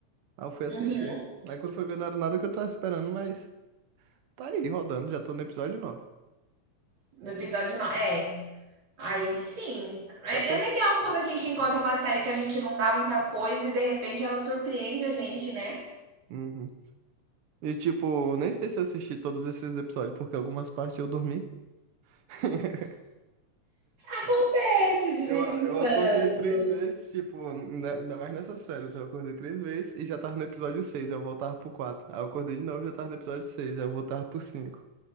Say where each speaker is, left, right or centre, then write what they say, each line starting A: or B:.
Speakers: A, on the right; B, on the right.
A: Aí eu fui
B: Uhum.
A: assistir. Aí quando foi ver, não era nada que eu tava esperando, mas tá aí, rodando. Já tô no episódio nove
B: No episódio 9. É, aí sim. É,
A: É por...
B: é legal quando a gente encontra uma série que a gente não dá muita coisa e de repente ela surpreende a gente, né?
A: Uhum. E, tipo, nem sei se eu assisti todos esses episódios, porque algumas partes eu dormi. <laughs>
B: Acontece de
A: Eu,
B: vez
A: eu
B: em quando.
A: acordei três vezes, tipo, né, ainda mais nessas férias. Eu acordei três vezes e já tava no episódio 6 eu voltava pro quatro Aí eu acordei de novo e já tava no episódio seis aí eu voltava pro cinco